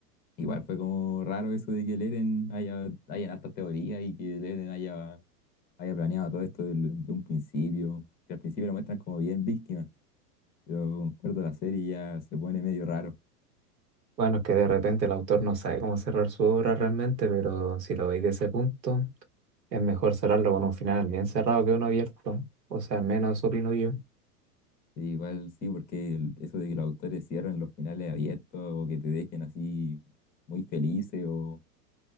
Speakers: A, on the left (about 20°); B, on the right (about 85°).
A: igual fue como raro eso de que el Eren haya, hayan hartas teorías y que el Eren haya, haya planeado todo esto del- de un principio, que al principio lo muestran como bien víctima, pero acuerdo la serie ya se pone medio raro.
B: Bueno, es que de repente el autor no sabe cómo cerrar su obra realmente, pero si lo veis de ese punto, es mejor cerrarlo con un final bien cerrado que uno abierto. O sea, al menos opino yo.
A: Sí, igual sí, porque el- eso de que los autores cierren los finales abiertos o que te dejen así muy felices o,